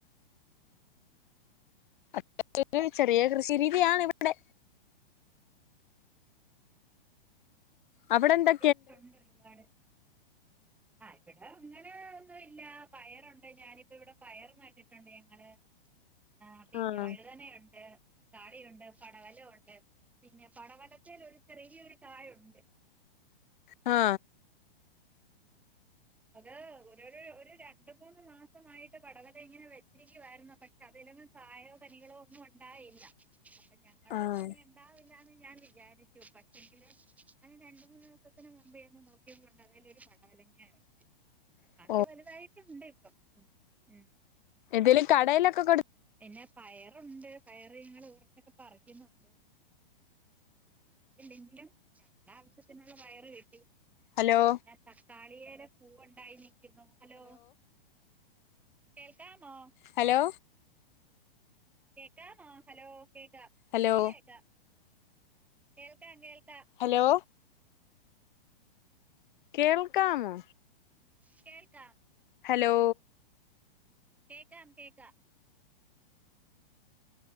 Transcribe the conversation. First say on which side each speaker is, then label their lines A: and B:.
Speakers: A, on the left; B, in the centre.
A: അത്ര ചെറിയ കൃഷി രീതിയാണ് ഇവടെ അവടെന്തൊ
B: ട്ടുണ്ട് ഒരുപാട് ആ ഇവടെ അങ്ങനെ ഒന്നുല്ല പയറുണ്ട് ഞാനിപ്പോവിടെ പയറ് നറ്റിട്ടുണ്ട് ഞങ്ങള് ആ പിന്നെ
A: ആഹ്
B: വഴുതനയുണ്ട് താളീരുണ്ട് പടവലൊണ്ട് പിന്നെ പടവലത്തിലൊരു ചെറിയൊരു കായുണ്ട്
A: ആ
B: ഉം ഉം അത് ഒരു ഒരു രണ്ട് മൂന്ന് മാസമായിട്ട് പടവല ഇങ്ങനെ വെച്ചിരിക്കുവായിരുന്നു പക്ഷെ അതില കായയോ കനികളോ ഒന്നുണ്ടായില്ല അപ്പൊ ഞങ്ങളോർത്തുനി
A: ആഹ്
B: ണ്ടാവില്ലന്ന് ഞാൻ വിചാരിച്ചു പക്ഷെങ്കില് ഞാൻ രണ്ട് മൂന്ന് ദിവസത്തിന് മുമ്പെന്ന് നോക്ക്യപ്പൊണ്ടത് ഒരു പടവലങ്ങ ഉണ്ട് ഇമ്മാതിരി
A: ഓ
B: വലുതായിട്ടുണ്ട് ഇപ്പം ഉ
A: എന്തേലും കടയിലൊക്കെ കൊടു
B: പിന്നെ പയറുണ്ട് പയറ് ഞങ്ങള് കുറെച്ചൊക്കെ പറിക്കുന്നുണ്ട് എന്താങ്കിലും ഞങ്ങളുടെ ആവശ്യത്തിനുള്ള പയറ് കിട്ടി
A: ഹലോ
B: പിന്നെ തക്കാളിയില് പൂവുണ്ടായി നിൽക്കുന്നു. ഹലോ കേൾക്കാമോ
A: ഹലോ
B: കേൾക്കാമോ ഹലോ കേൾക്കാം
A: ഹലോ
B: എനിക്ക് കേൾക്കാം കേൾക്കാം കേൾക്കാം
A: ഹലോ കേൾക്കാമോ
B: കേൾക്കാ
A: ഹലോ
B: കേക്കാം കേക്കാം